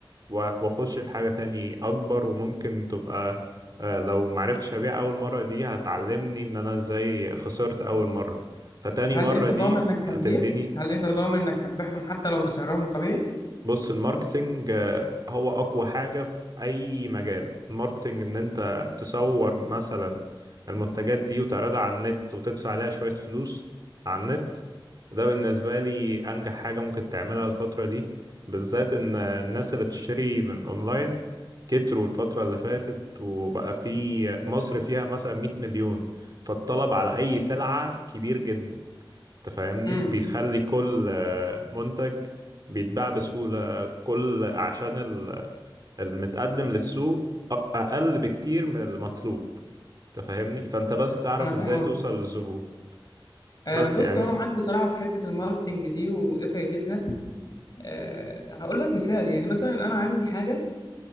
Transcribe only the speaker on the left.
هل
انت
ضامن انك
هتبيع هل انت ضامن انك هتبيعهم حتى لو بسعرهم الطبيعي
امم
انا
فاهم
قصدك
آه،
بص
هو انا معاك بصراحه في حته الماركتنج دي وايه فايدتها أه هقول لك مثال يعني مثلا انا عندي حاجه